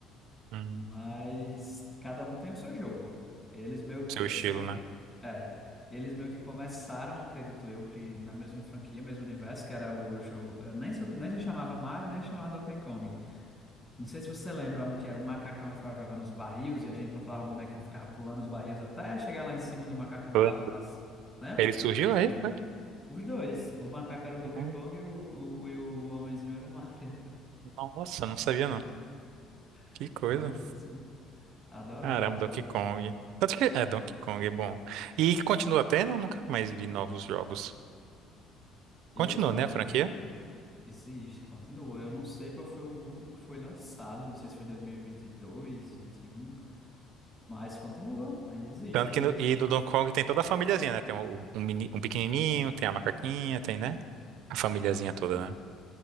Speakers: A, on the right (about 75°); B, on the left (about 20°).
A: Hum,
B: Mas cada um tem o seu jogo. Eles meio que,
A: seu estilo,
B: se eu não,
A: né?
B: é, eles meio que começaram, acredito eu, que na mesma franquia, mesmo universo, que era o jogo, eu nem, soube- nem se chamava Mario, nem se chamava Donkey Kong. Não sei se você lembra um que era um macacão que ficava jogando os barris e a gente controlava o bonequinho e ficava pulando os barris até chegar lá em cima onde o macacão
A: Foi.
B: tava pra... c- Lembra?
A: Ele surgiu aí, foi?
B: Os dois. O macaco era o Donkey
A: Uhum.
B: Kong e o, o, e o homenzinho era o Mario.
A: Nossa, não sabia não.
B: <laughs>
A: Que coisa.
B: Foi assim. Adorava,
A: Caramba,
B: adorava
A: Donkey
B: também.
A: Kong. Tanto que é Donkey Kong, é bom. E continua tendo, eu nunca mais vi novos jogos.
B: Eu,
A: Continua, né,
B: eu-
A: a franquia?
B: Existe, continua. Eu não sei qual foi o último que foi lançado, não sei se foi dois dois mil e vinte e dois, vinte e um mas continua, ainda existe
A: Tanto
B: eles.
A: que no, e do Donkey Kong tem toda a famíliazinha, né? Tem o- um, meni- um pequenininho, tem a macaquinha, tem, né? A famíliazinha toda, né?